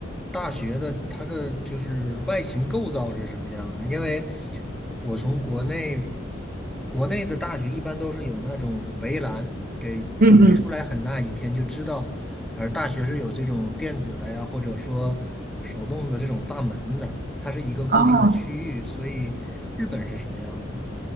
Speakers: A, in the centre; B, on the right.
A: 大学的它的就是外形构造是什么样的？因为我从国内国内的大学一般都是有那种围栏给围出来很大一片，
B: 嗯嗯，
A: 就知道，而大学是有这种电子的呀，或者说手动的这种大门的，它是一个固定的区域，
B: 哦，
A: 所以日本是什么样的？